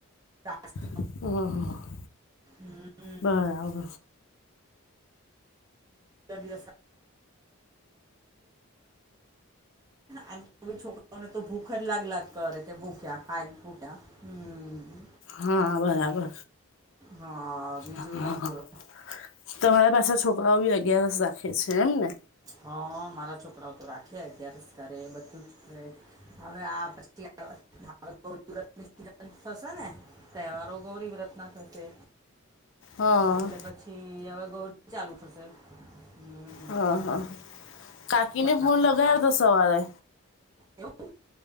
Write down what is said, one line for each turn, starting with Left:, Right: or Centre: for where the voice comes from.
Right: પ્લાસ્ટિક
Left: અહ હ.
Right: હમ્મ
Left: બરાબર
Right: <unintelligible> પડે ને આમ તો છોકરાઓને તો ભૂખ જ લાગલા કરે કે ભૂખ્યા હા ભૂખ્યા હમ્મ
Left: હા બરાબર
Right: હા. બીજું
Left: હા
Right: તમે બોલો
Left: તમારા પાછા છોકરાઓ બી અગયારસ રાખે છે એમ ને
Right: હા મારા છોકરાઓ તો રાખે અગયાર જ કરે બધું જ કરે હવે આ <unintelligible> થશે ને તહેવારો ગૌરી વ્રત ના થશે
Left: હા
Right: એટલે પછી હવે ગૌરી ચાલુ થશે હમ્મ
Left: હ હા હા કાકીને
Right: બનાવવાનું
Left: ફોન લગાય-
Right: હોય.
Left: સવારે
Right: એવું